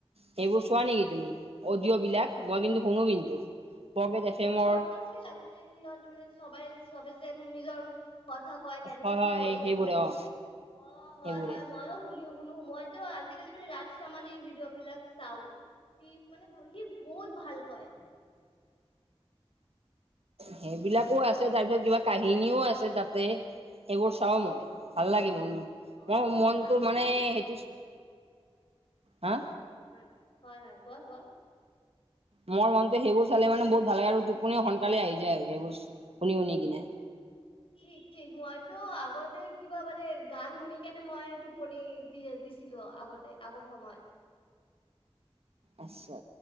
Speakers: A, on the right; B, on the left.
A: সেইবোৰ চোৱা নেকি তুমি অডিঅ' বিলাক? মই কিন্তু শুনো কিন্তু। পকেট এফ
B: অ
A: এমৰ
B: পছ বিলাক মানে সিহঁত মানে চবে চবে যে নিজৰ- কথা কয়, কেনেকে
A: হয় হয়
B: কি কৰিল,
A: সেই সেইবোৰে অ
B: অ হয়
A: সেইবোৰে
B: হয় মইো শুনিও। শুনো মইতো আজিকালি মানে ৰাজ চামানিৰ ভিডিঅ' বিলাক চাও। সি মানে সি বহুত ভাল কয়।
A: সেইবিলাকো আছে, তাৰপিছত কিবা কাহিনীও আছে তাতে। এইবোৰ চাও মই
B: অ
A: ভাল লাগি মোৰ মই
B: অ
A: মনটো
B: কাহিনী
A: মানে
B: চাও।
A: সেইটো হা?
B: হয় হয় হয় কোৱা কোৱা?
A: মোৰ মনটো সেইবোৰ চালে মানে বহুত ভাল লাগে আৰু টোপ সোনকালে আহি যায় আৰু সেইবোৰ শুনি শুনি কিনে।
B: ঠিক ঠিক। মইতো আগতে কিবা মানে গান শুনি কেনে মই- টোপনি দি দিছিলো আগতে আগৰ সময়।
A: আচ্ছা।